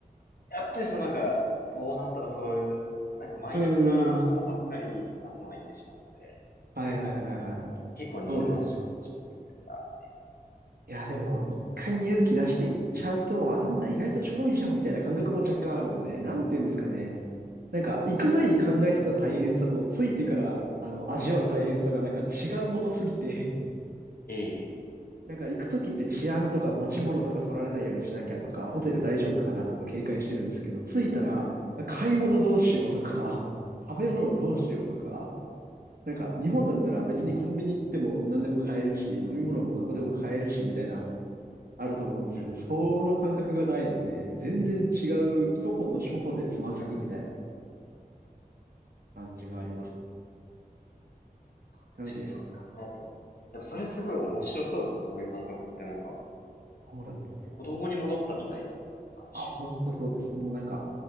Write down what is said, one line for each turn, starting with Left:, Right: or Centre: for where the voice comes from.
Left: やっぱりそのなんか、東南とかそういう、なんかマイナスな方ばっかり頭がいってしまって、
Right: うーん。はいはいはいはい。
Left: 結構二の足を踏んでしまっているというか、
Right: そうです。いや、でも、一回勇気出して行っちゃうと、あ、なんだ、意外とちょろいじゃんみたいな感覚も若干あるので、なんて言うんですかね。なんか、行く前に考えてた大変さと、着いてから、あの、味わう大変さがなんか違うものすぎて、
Left: ええ、
Right: <laughs> なんか行くときって治安とか持ち物とか取られないようにしなきゃとか、ホテル大丈夫かなとか警戒してるんですけど、着いたら、買い物どうしようとか、<laughs> 食べ物どうしようとか、
Left: ええ、
Right: なんか日本だったら別にコンビニ行っても何でも買えるし、飲み物もどこでも買えるし、みたいな、あると思うんですけど、
Left: うん、
Right: その感覚がないので、全然違う、
Left: ええ、
Right: 初歩の初歩でつまずくみたいな感じがあります。
Left: 確かにそう考えると、
Right: なので、
Left: でもそれすごい面白そうですね、そういう感覚ってなんか、
Right: そうなんですよ
Left: 子供に戻ったみたいな、ある種。
Right: あ、本当そうです。もうなんか、